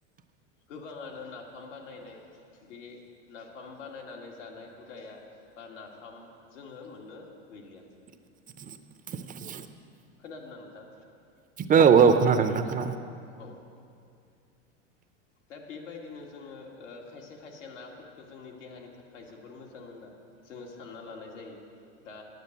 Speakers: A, on the left; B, on the right.
A: गोबाङानो नाफाम बानायनाय बे नाफाम बानायनानै जानाय हुदाया बा नाफाम जोङो मोननो गैलिया।
B: <inaudible>
A: खोनादोंना नोंथां?
B: औ औ खोनादों नोंथां खोनादों?
A: औ दा बेबायदिनो जोङो खायसे खायसे नाफोरखौ जोंनि देहानि थाखाय जोबोर मोजां होनना। जोङो सानना लानाय जायो दा